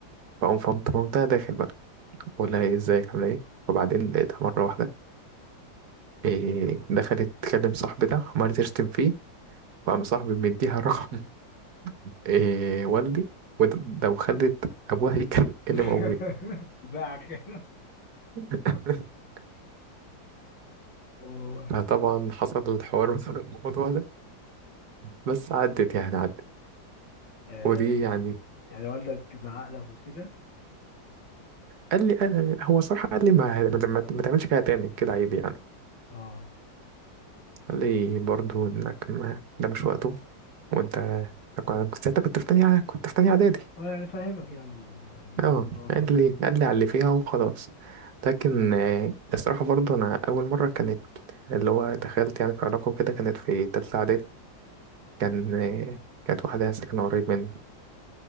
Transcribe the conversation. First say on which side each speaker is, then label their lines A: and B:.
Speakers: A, on the right; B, on the left.
A: فقام فهمت مامتها داخل بقى بقول لها ايه ازيك عامله ايه وبعدين لقيتها مره واحده إيه دخلت تكلم صاحبي ده عمالة تشتم فيه وقام صاحبي مديها رقم <laughs> إيه والدي وده ده وخلت ابوها يكلم
B: <laughs>
A: ابوي
B: باعك
A: <laughs>
B: و...
A: فطبعا
B: و...
A: حصل الحوار <laughs> بسبب الموضوع ده بس عدت يعني عدت
B: آه
A: ودي يعني
B: يعني والدك زعق لك وكده
A: قال لي انا هو صراحه قال لي ما ما ما تعملش كده تاني كده عيب يعني
B: اه
A: قال لي برضه انك ما ده مش وقته وانت أنا كنت ساعتها كنت في تانية إعدادي- كنت في تانية اعدادي
B: اه يعني فاهمك يعني ال- الموضوع
A: اه
B: ان هو غلط
A: قال لي قال لي على اللي فيها وخلاص لكن آه، الصراحة برضه أنا أول مرة كانت اللي هو دخلت يعني في علاقة وكده كانت في تالتة إعدادي كان آه، كانت واحدة ساكنة قريب مني